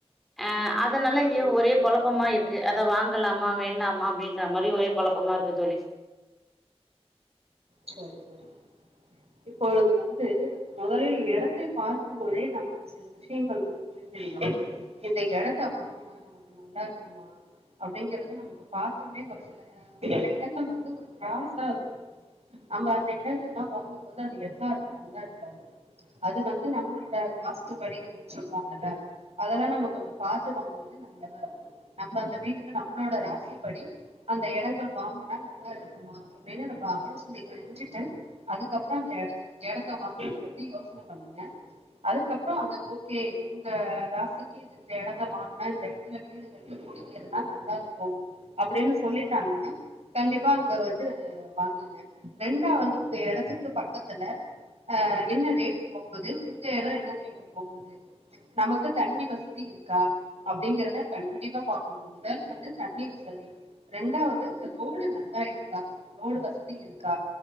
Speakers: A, in the centre; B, on the right (about 75°).
A: ஆ அதனால <unintelligible>
B: ம்
A: ஒரே
B: ம்
A: கொழப்பமா இருக்கு <unintelligible> அதை வாங்கலாமா வேண்டாமா அப்டின் <unintelligible> மாரி ஒரே கொழப்பமா இருக்கு தோழி
B: செரி செரி இப்பொழுது வந்து மொதலில் எடத்தை பார்க்குபோதே நமக்கு சில விஷயங்கள் வந்து புரிந்து விடு இந்த எடத்த வாங்கினா நமக்கு நல்லாருக்குமா அப்டிங்கறத நமக்கு பாத்தோனே ஒரு சில சில இடங்கள் வந்து ஒரு கிராஸா இருக்கு நம்ப அந்த எடங்கள்லா வாங்கும்போது அது எல்லாருக்கு நல்லாருக்காது அது வந்து நம்ளோட வாஸ்துபடி அப்டினு சொல்லுவாங்கல்ல அதெல்லா நம்ம கொஞ்ச பாத்து வாங்குறது நல்லதாருக்கு நம்ம அந்த வீட்டுக்கு நம்ளோட ராசிப்படி அந்த எடங்கள் வாங்குனா நல்லாருக்குமா அப்டினு நம்ம ஆலோசி <unintelligible> இப்டி செஞ்சிட்டு அதுக்கப்புற அந்த எட எடத்த வாங்கறத பத்தி யோசன பண்ணுங்க அதுக்கப்புற அது ஓகே உங்க ராசிக்கு இந்த எடத்த வாங்குனா இந்த எடத்துல வீடு கட்டி குடியேரூனா நல்லாருக்கு அப்டினு சொல்லிட்டாங்கனா கண்டிப்பா அங்க வந்து வாங்குங்க ரெண்டாவது உங்க எடத்துக்கு பக்கத்துல ஆ என்ன ரேட் போகுது உங்க எடொ என்ன ரேட் போகுது நமக்கு தண்ணி வசதி இருக்கா அப்டிங்கறத கண்டிப்பா பாக்கணு முதல வந்து தண்ணி வசதி ரெண்டாவது ரோடு நல்லா இருக்கா ரோடு வசதி இருக்கு இருக்கா